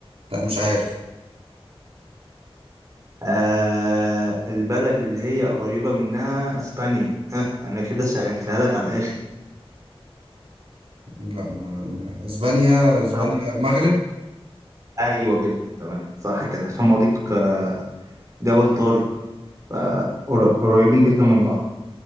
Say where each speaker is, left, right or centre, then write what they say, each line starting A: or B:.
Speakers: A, on the right; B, on the right.
A: لا مش عارف
B: آه البلد اللي هي قريبة منها اسبانيا ها انا كده سهلتها لك على الاخر
A: لا ما ما- اسبانيا اسبانيا
B: طب
A: مغرب
B: ايوه كده تمام صح كده عشان مضيق آه، جبل طارق فقر- قريبين جدا من بعض